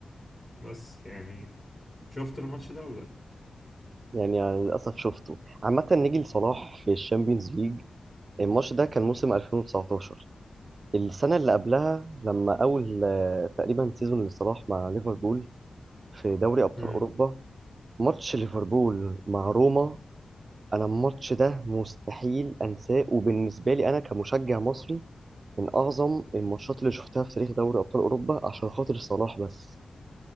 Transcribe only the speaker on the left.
بس يعني شفت الماتش ده ولا لأ؟
امم